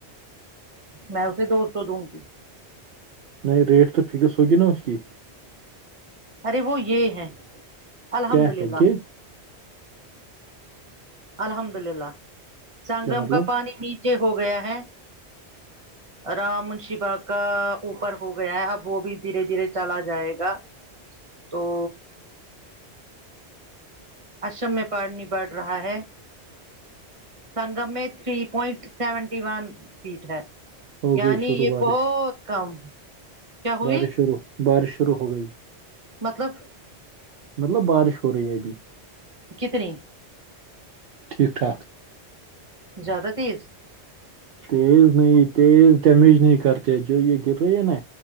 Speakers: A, on the right; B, on the right.
A: میں اسے دوسو دوں گی
B: نہیں ریٹ تو فکس ہوگی نا اس کی
A: ارے وہ یہ ہے الحمد
B: کیا ہے
A: للہ
B: یہ
A: الحمد للہ سنگم
B: کیا مطلب
A: کا پانی نیچے ہو گیا ہے رام شیبا کا اوپر ہو گیا ہے اب وہ بھی دھیرے دھیرے چلا جائے گا تو اشم میں پاننی بڑھ رہا ہے سنگم میں three point seventy one feet ہے
B: ہو
A: یعنی
B: گئی شروع
A: یہ
B: بارش
A: بہت کم کیا
B: بارش
A: ہوئی
B: شروع بارش شروع ہو گئی
A: مطلب
B: مطلب بارش ہو رہی ہے ابھی
A: کتنی
B: ٹھیک ٹھاک
A: زیادہ تیز
B: تیز نہیں تیز ڈیمیج نہیں کرتے جو یہ گر رہی ہے نا